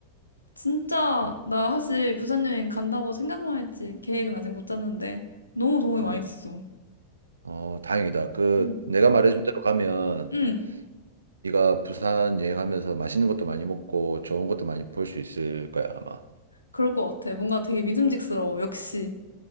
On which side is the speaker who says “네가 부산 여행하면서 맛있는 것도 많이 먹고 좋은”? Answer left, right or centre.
Right